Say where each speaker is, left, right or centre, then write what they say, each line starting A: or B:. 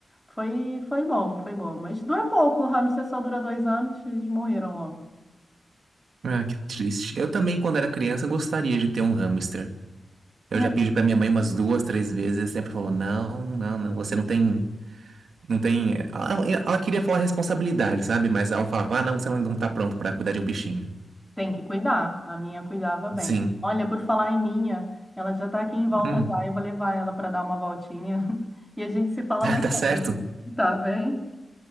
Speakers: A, in the centre; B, on the right.
A: Foi, foi bom, foi bom. Mas dura pouco. O hamster só dura dois anos, eles morreram logo.
B: Ah, que triste. Eu também, quando era criança, gostaria de ter um hamster. Eu
A: É,
B: já pedi pra minha mãe umas duas, três vezes, e sempre falou: não, não, não, você não tem Não tem. Ela, ela queria falar responsabilidade, sabe? Mas ela falava: ah, não, você não tá pronto pra cuidar de um bichinho.
A: Tem que cuidar. A minha cuidava bem.
B: Sim.
A: Olha, por falar em minha, ela já tá aqui em volta
B: Hum.
A: já.
B: <laughs>
A: Eu vou levar ela para dar uma voltinha <laughs> e a gente se fala mais
B: tá
A: tarde.
B: certo.
A: Tá bem?